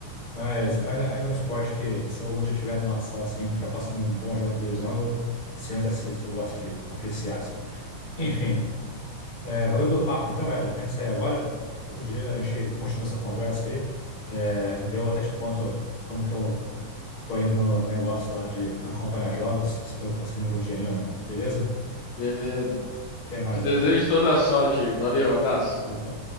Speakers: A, on the left (about 40°); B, on the left (about 75°).
A: Mas é ainda, ainda é um esporte que, se eu algum dia estiver numa sala assim, já passando um bom jogo na televisão, eu sento e assisto, eu gosto de apreciar, assim. Enfim. É, valeu pelo papo, então, Éder. Tenho que sair agora. Outro dia a gente continua essa conversa aí. É, daí eu até te conto como que eu tô indo no negócio lá de acompanhar jogos, se eu tô conseguindo algum dinheirinho ou não. Beleza?
B: Beleza.
A: Até mais,
B: Te desejo
A: Éder.
B: toda a sorte aí. Valeu, abraço.
A: Opa.